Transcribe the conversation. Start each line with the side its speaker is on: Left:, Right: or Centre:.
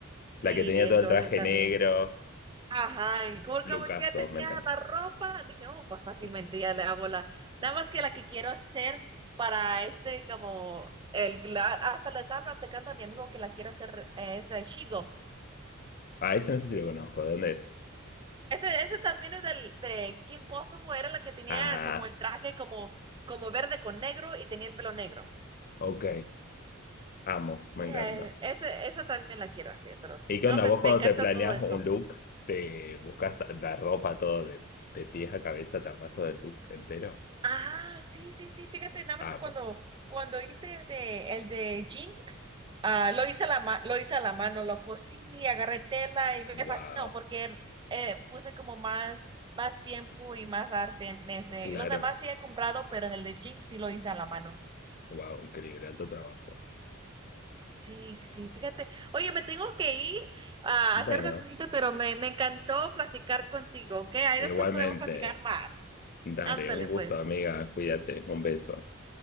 Right: Sí,
Left: La que tenía
Right: entonces
Left: todo el traje
Right: también.
Left: negro,
Right: Ajá, y como,
Left: Lucaso,
Right: como ya tenía
Left: me encanta.
Right: la ropa, dije, oh, pues fácilmente
Left: Sí.
Right: ya le hago la. Nada más que la que quiero hacer para este, como, el, la- hasta les hablo, te canta mi amigo que la quiero hacer, eh, es eh, Shigo
Left: Ah, ese no sé si lo conozco, ¿de dónde es?
Right: Ese, ese también es del, de Kim Possible, era la que tenía
Left: Ah,
Right: como el traje como, como verde con negro y tenía el pelo negro.
Left: ok, amo, me
Right: Yeah,
Left: encanta.
Right: ese, esa también la quiero hacer, pero sí,
Left: ¿Y qué
Right: no,
Left: onda?
Right: me,
Left: ¿Vos
Right: me
Left: cuando
Right: encanta
Left: te planeas
Right: todo eso.
Left: un look, te buscas ta- la ropa todo de, de pies a cabeza, te armas todo el look entero?
Right: Ah, sí, sí, sí, fíjate, nada más
Left: Amo.
Right: que cuando, cuando hice el de, el de Jinx, ah, lo hice a la ma- lo hice a la mano, lo cosí, agarré tela y me
Left: Wow,
Right: fascinó porque eh, puse como más, más tiempo y más arte en ese.
Left: claro.
Right: Los demás sí he comprado, pero en el de Jinx sí lo hice a la mano.
Left: Wow, increíble, alto trabajo.
Right: Sí, sí, sí, fíjate. Oye, me tengo que ir a
Left: Bueno,
Right: hacer unas cositas, pero me, me encantó platicar contigo, ¿ok? Ahí
Left: igualmente.
Right: después podemos platicar más.
Left: Dale,
Right: Ándale,
Left: un gusto,
Right: pues.
Left: amiga. Cuídate. Un beso.